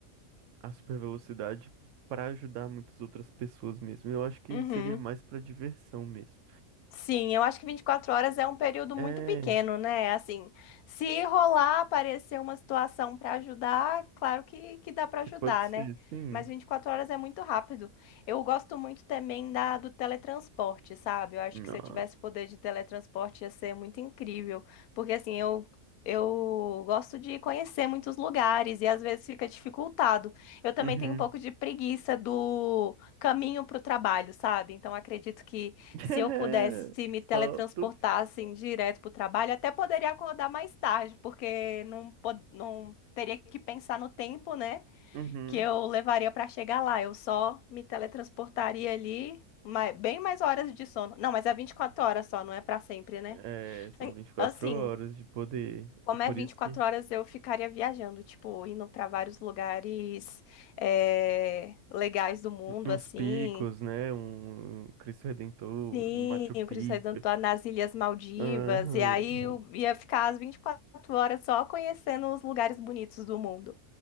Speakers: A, on the right (about 65°); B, on the left (about 80°).
A: a super velocidade para ajudar muitas outras pessoas mesmo. Eu acho que
B: Uhum.
A: seria mais para diversão mesmo.
B: Sim, eu acho que 24 horas é um período
A: É,
B: muito pequeno, né? Assim, se rolar, aparecer uma situação para ajudar, claro que, que dá para
A: que
B: ajudar,
A: pode ser,
B: né?
A: sim.
B: Mas 24 horas é muito rápido. Eu gosto muito também da, do teletransporte, sabe? Eu acho
A: Nossa.
B: que se eu tivesse poder de teletransporte ia ser muito incrível. Porque, assim, eu, eu gosto de conhecer muitos lugares e às vezes fica dificultado. Eu também
A: Uhum.
B: tenho um pouco de preguiça do caminho para o trabalho, sabe? Então, acredito que.
A: <laughs>
B: Se eu pudesse me teletransportar
A: Só tu.
B: assim direto para o trabalho, até poderia acordar mais tarde, porque não, po- não teria que pensar no tempo, né,
A: Uhum.
B: que eu levaria para chegar lá. Eu só me teletransportaria ali, ma- bem mais horas de sono. Não, mas é 24 horas só, não é para sempre, né?
A: É, são
B: Em-
A: 24
B: Assim,
A: horas de poder.
B: como
A: É por
B: é 24
A: isso que
B: horas, eu ficaria viajando, tipo, indo para vários lugares eh, legais do mundo,
A: uns
B: assim
A: picos, né? Um Cristo Redentor,
B: Sim,
A: um Machu Picchu.
B: o Cristo Redentor nas Ilhas Maldivas.
A: Aham.
B: E aí eu ia ficar as 24 horas só conhecendo os lugares bonitos do mundo.